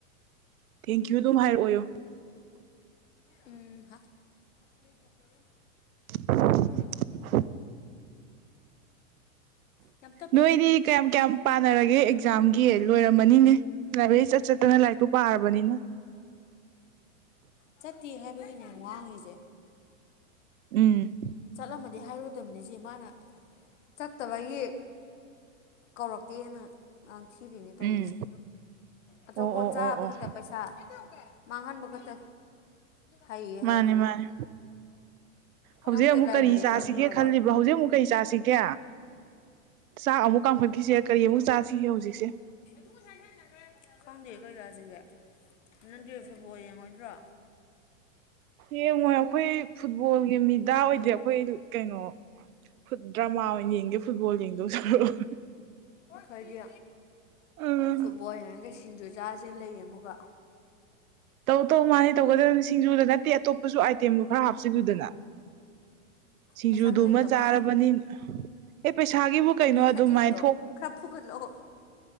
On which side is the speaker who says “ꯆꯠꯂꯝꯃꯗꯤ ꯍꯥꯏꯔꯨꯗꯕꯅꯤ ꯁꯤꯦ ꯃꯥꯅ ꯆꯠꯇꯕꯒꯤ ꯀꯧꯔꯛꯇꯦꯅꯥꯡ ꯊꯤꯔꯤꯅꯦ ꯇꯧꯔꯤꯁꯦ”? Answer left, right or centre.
Left